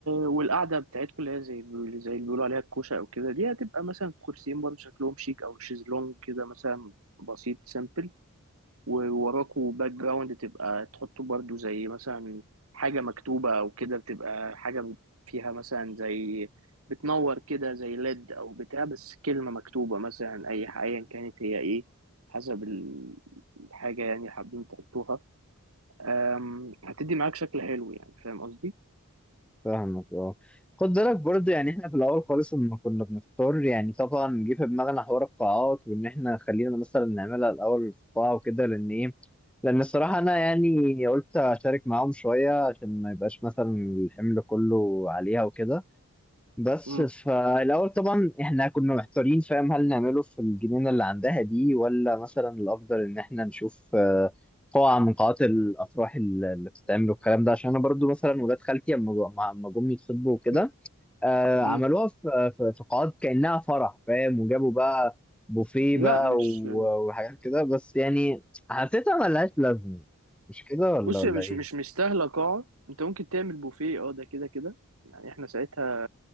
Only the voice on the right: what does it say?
والقعده بتاعتكم اللي هي زي زي اللي بيقولوا عليها الكوشه او كده دي هتبقى مثلا كرسيين برضه شكلهم شيك او شيزلونج كده مثلا بسيط سامبل ووراكوا باك جراوند تبقى تحطوا برضو زي مثلا حاجة مكتوبة أو كده بتبقى حاجة فيها مثلا زي بتنور كده زي ليد أو بتاع بس كلمة مكتوبة مثلا أي ح- أيا كانت هي إيه حسب ال- الحاجة يعني اللي حابين تحطوها أم، هتدي معاك شكل حلو يعني فاهم قصدي؟
مم.
مم.
مم.
لا
مش
بص
هي مش
مش مستاهلة قاعة أنت ممكن تعمل بوفيه أه ده كده كده يعني إحنا ساعتها